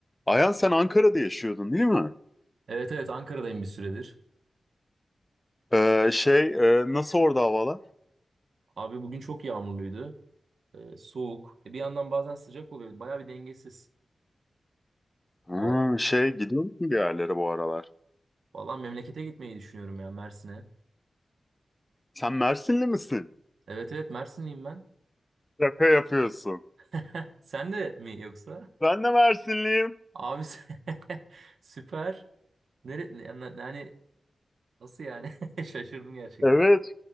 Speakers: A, on the left; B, on the right.
A: Ayhan sen Ankara'da yaşıyordun değil mi?
B: Evet evet Ankara'dayım bir süredir.
A: Ee, şey e, nasıl orada havalar?
B: Abi bugün çok yağmurluydu. Ee, soğuk. E, bir yandan bazen sıcak oluyor. Baya bir dengesiz
A: Ha,
B: bu ara.
A: şey gidiyor musun bir yerlere bu aralar?
B: Valla memlekete gitmeyi düşünüyorum ya Mersin'e.
A: Sen Mersinli misin?
B: Evet evet Mersinliyim ben.
A: Şaka yapıyorsun.
B: <laughs> Sen de mi yoksa?
A: Ben de Mersinliyim.
B: Abi sen- <laughs> süper. Nere ne- yani, yani nasıl yani? <laughs> Şaşırdım gerçekten.
A: Evet.